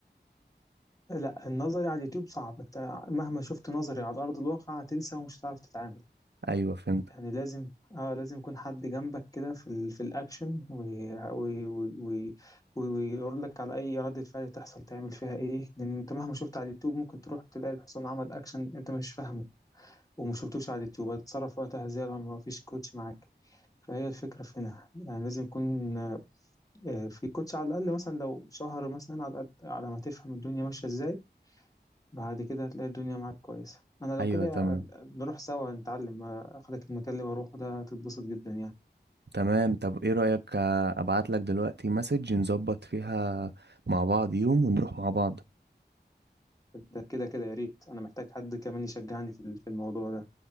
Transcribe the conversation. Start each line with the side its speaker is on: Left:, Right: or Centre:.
Left: لا النظري على اليوتيوب صعب انت مهما شفت نظري على أرض الواقع هتنسى ومش هتعرف تتعامل
Right: ايوه فهمت
Left: يعني لازم اه لازم يكون حد جنبك كده في ال... في الاكشن ويقول وي... وي... وي... ويقول لك على اي ردة فعل تحصل تعمل فيها ايه لان انت مهما شفت على اليوتيوب ممكن تروح تلاقي الحصان عمل اكشن انت مش فاهمه وما شفتوش على اليوتيوب هتتصرف وقتها ازاي لو ما فيش كوتش معاك فهي الفكرة في هنا يعني لازم يكون آه، في كوتش على الأقل مثلا لو شهر مثلا على الأقل، على ما تفهم الدنيا ماشية ازاي بعد كده هتلاقي الدنيا معاك كويسة أنا لو
Right: ايوه
Left: كده
Right: تمام
Left: نروح سوا نتعلم آه، أخدك المكان اللي بروحه ده هتتبسط جدا يعني
Right: تمام طب ايه رأيك ابعت لك دلوقتي مسج نظبط فيها مع بعض يوم ونروح مع بعض
Left: ده كده كده يا ريت انا محتاج حد كمان يشجعني في في الموضوع ده